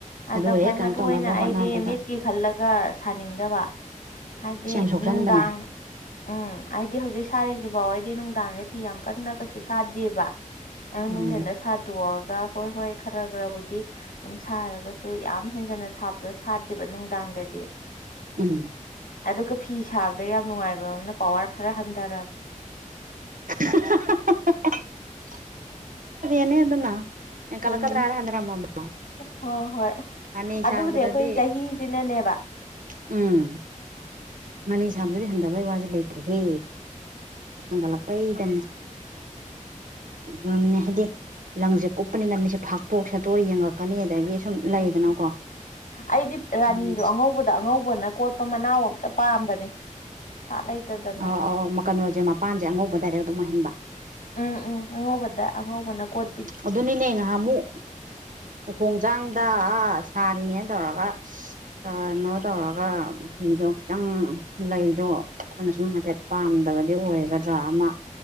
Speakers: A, on the right; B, on the left.
A: ꯑꯗꯨ
B: ꯑꯗ
A: ꯍꯦꯛ
B: ꯈ꯭ꯋꯥꯏ
A: ꯀꯩꯅꯣ
B: ꯃꯔꯨꯑꯣ
A: ꯇꯧꯅꯕ
B: ꯑꯣꯏꯅ
A: ꯍꯣꯠꯅꯕꯗ
B: ꯑꯩꯗꯤ ꯃꯤꯠꯀꯤ ꯈꯜꯂꯒ ꯁꯥꯅꯤꯡꯗꯕ ꯍꯥꯏꯗꯤ
A: ꯑꯁ ꯌꯥꯝ ꯁꯣꯛꯆꯟꯕꯅꯦ
B: ꯅꯨꯡꯗꯥꯡ ꯎꯝ ꯍꯥꯏꯗꯤ ꯍꯧꯖꯤꯛ ꯁꯥꯔꯤꯁꯤ ꯐꯥꯎ ꯅꯨꯡꯗꯥꯡ ꯐꯤ ꯌꯥꯝ ꯀꯟꯅ ꯀꯩꯁꯨ ꯁꯥꯗꯦꯕ
A: ꯎꯝ
B: ꯅꯨꯡꯊꯗ ꯍꯣꯏ ꯈꯔ ꯈꯔꯕꯨ ꯑꯗꯨꯔꯒ ꯌꯥꯝ ꯍꯦꯟ ꯁꯥꯕꯗ ꯁꯥꯗꯦꯕ ꯗꯥꯥꯡꯗꯗꯤ
A: ꯎꯝ
B: ꯑꯗꯨꯒ ꯐꯤ ꯁꯥꯕꯗ ꯌꯥꯝ ꯅꯨꯡꯉꯥꯏꯕ ꯑꯅ ꯄꯋꯥꯔ ꯈꯔ ꯍꯟꯊꯔꯃꯦ
A: <inaudible> ꯅꯦ ꯑꯗꯨꯅ ꯌꯦ ꯀꯂꯀꯗ꯭ꯔ
B: ꯎꯝ
A: ꯌꯥꯔꯍꯟ꯭ꯔꯃꯃ
B: ꯍꯣꯏ ꯍꯣꯏ
A: ꯍꯅꯤ ꯁꯥꯕꯗꯗꯤ
B: ꯑꯗꯨꯕꯨꯗꯤ ꯑꯩꯈꯣꯏ ꯆꯍꯤꯁꯤꯅꯅꯦꯕ
A: ꯎꯝ <inaudible> ꯃꯥꯅꯤ ꯁꯥꯕꯗꯗꯤ ꯍꯟꯊꯕꯒꯤ ꯋꯥꯁꯦ ꯂꯩꯇ꯭ꯔꯦꯍꯦ ꯍꯟꯒꯠꯂꯛꯄꯩꯗ ꯃꯝꯅꯦ ꯍꯥꯏꯗꯤ ꯂꯪꯁꯦ ꯀꯨꯞꯄꯅꯤꯅ ꯃꯤꯁꯦ ꯐꯥꯛꯇꯣꯛ ꯁꯦꯠꯇꯣꯛ ꯌꯦꯡꯉꯛꯀꯅꯤ ꯑꯗꯒꯤ ꯁꯨꯝ ꯂꯩꯗꯅꯀꯣ
B: ꯎꯝ ꯑꯩꯗꯤ ꯔꯥꯅꯤꯗꯣ
A: ꯎꯝ
B: ꯑꯉꯧꯕꯗ ꯑꯉꯧꯕꯅ ꯀꯣꯠꯄ ꯂꯄ ꯃꯅꯥꯎ ꯑꯝꯇ ꯄꯥꯝꯕꯅꯦ ꯁꯥ ꯂꯩꯇꯗꯅ
A: ꯑ ꯑꯧ ꯀꯩꯅꯣꯁꯦ ꯃꯄꯥꯟꯁꯦ ꯑꯉꯧꯕ ꯗꯥꯏꯔꯦꯛ ꯑꯗꯨꯝ ꯑꯣꯏꯍꯟꯕ
B: ꯎꯝ ꯎꯝ ꯑꯉꯧꯕꯗ ꯑꯉꯧꯕꯅ ꯀꯣꯠ
A: ꯑꯗꯨꯅꯤꯅꯦ ꯉꯥꯏꯍꯥꯛ ꯑꯃꯨꯛ ꯃꯈꯣꯡ ꯆꯥꯡ ꯗ ꯁꯥꯔꯤꯉ ꯇꯧꯔꯒ ꯀꯩꯅꯣ ꯇꯧꯔꯒ ꯐꯤꯗꯣ ꯈꯤꯇꯪ ꯂꯩꯗꯣ ꯑꯩꯈꯣꯏꯅ ꯁꯨꯝ ꯍꯥꯏꯐꯦꯠ ꯄꯥꯝꯗꯕꯗꯤ ꯑꯣꯏꯒꯗ꯭ꯔꯥ ꯑꯃ